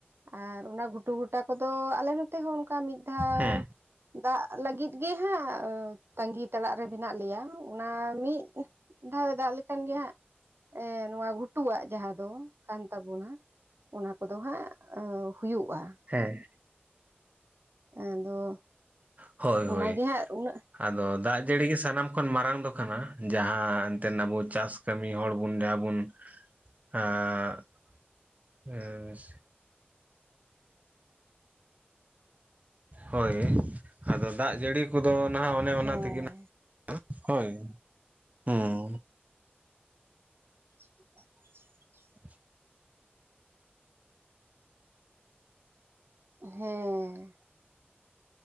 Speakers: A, on the right; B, on the right.
A: ᱟᱨ ᱚᱱᱟ ᱜᱷᱩᱴᱩ ᱜᱷᱩᱴᱟ ᱠᱚᱫᱚ ᱟᱞᱮ ᱱᱚᱛᱮ ᱦᱚᱸ ᱚᱱᱠᱟ ᱢᱤᱫ ᱫᱷᱟᱣ
B: ᱦᱮᱸ
A: ᱫᱟᱜ ᱞᱟᱹᱜᱤᱫ ᱜᱮ ᱦᱟᱸᱜ ᱛᱟᱸᱜᱤ ᱛᱟᱲᱟᱜ ᱨᱮ ᱢᱮᱱᱟᱜ ᱞᱮᱭᱟ ᱚᱱᱟ ᱢᱤᱫ ᱫᱷᱟᱣ ᱮ ᱫᱟᱜ ᱞᱮᱠᱟᱱ ᱜᱮ ᱦᱟᱸᱜ ᱮᱸ ᱱᱚᱣᱟ ᱜᱷᱩᱴᱩᱣᱟᱜ ᱡᱟᱦᱟᱸ ᱫᱚ ᱠᱟᱱ ᱛᱟᱵᱚᱱᱟ ᱚᱱᱟ ᱠᱚᱫᱚ ᱦᱟᱸᱜ ᱦᱩᱭᱩᱜᱼᱟ।
B: ᱦᱮᱸ।
A: ᱟᱫᱚ
B: ᱦᱳᱭ
A: ᱚᱱᱟᱜᱮ
B: ᱦᱳᱭ।
A: ᱦᱟᱸᱜ ᱩᱱᱟᱹᱜ
B: ᱟᱫᱚ ᱫᱟᱜ ᱡᱟᱹᱲᱤ ᱜᱮ ᱥᱟᱱᱟᱢ ᱠᱷᱚᱱ ᱢᱟᱨᱟᱝ ᱫᱚ ᱠᱟᱱᱟ ᱡᱟᱦᱟᱸ ᱮᱱᱛᱮᱫ ᱟᱵᱚ ᱪᱟᱥ ᱠᱟᱹᱢᱤ ᱦᱚᱲ ᱵᱚᱱ ᱡᱟᱦᱟᱸ ᱵᱚᱱ ᱮᱸᱜ ᱮᱥ ᱦᱳᱭ ᱟᱫᱚ ᱫᱟᱜ ᱡᱟᱹᱲᱤ ᱠᱚᱫᱚ ᱱᱟᱦᱟᱜ ᱚᱱᱮ
A: ᱦᱮᱸ
B: ᱚᱱᱟ ᱛᱮᱜᱮ <unintelligible> ᱦᱳᱭ ᱦᱩᱸ ᱾
A: <inaudible>
B: <inaudible>
A: ᱦᱮᱸ।